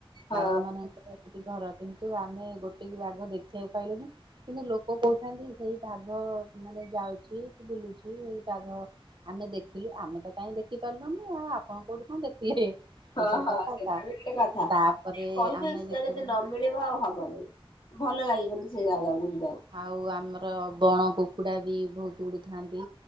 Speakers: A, on the left (about 50°); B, on the right (about 55°).
A: ହଁ।
B: ବାଘ ମାନଙ୍କ ସେଠି ଘର କିନ୍ତୁ ଆମେ ଗୋଟେ ବି ବାଘ ଦେଖିବାକୁ ପାଇଲୁନି। କିନ୍ତୁ ଲୋକ କହୁଥାନ୍ତି ସେଇ ବାଘ ମାନେ ଯାଉଛି। ବୁଲୁଛି ଏଇ ବାଘ ଆମେ ଦେଖିଲୁ ଆମେ ତ କାହିଁ ଦେଖି ପାରିଲୁନୁ ଆଉ ଆପଣ କୋଉଠି କଣ ଦେଖିଲେ ଏଇ
A: ହଁ
B: ସବୁ
A: ହଁ
B: କଥା
A: ସେଟା ବି ଗୋଟେ କଥା
B: ତାପରେ
A: କହିବେ
B: ଆମେ
A: ସେଟା
B: ଯେତେବେଳେ
A: ଯଦି ନ ମିଳିବ ଆଉ ହବନି ଭଲ ଲାଗିବନି ସେ ଜାଗାକୁ ଯିବାକୁ।
B: ଆଉ ଆମର ବଣ କୁକୁଡ଼ା ବି ବହୁତ୍ ଉଡି଼ଥାନ୍ତି